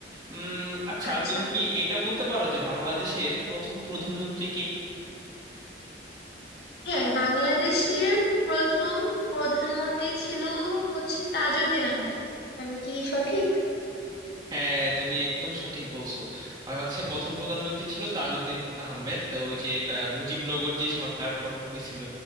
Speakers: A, on the right; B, on the left.
A: উম, আচ্ছা
B: আচ্ছা
A: তুমি কি এটা বলতে পারো যে বাংলাদেশের প্রথম প্রধানমন্ত্রী কে
B: হ্যাঁ বাংলাদেশের প্রথম প্রধানমন্ত্রী ছিল হচ্ছে তাজউদ্দিন আহমেদ আমি কি সঠিক
A: হ্যাঁ তুমি একদম সঠিক বলছো বাংলাদেশের প্রথম প্রধানমন্ত্রী ছিল তাজউদ্দিন আহমেদ তো ওই যে আহ, মুজিবনগর যে সরকার গঠন হয়েছিল